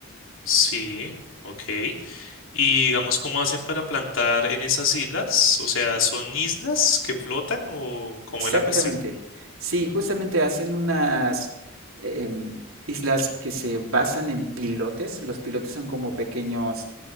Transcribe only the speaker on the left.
Sí, ok. Y digamos, ¿cómo hacen para plantar en esas islas? O sea, ¿son islas que flotan o cómo
es la cuestión?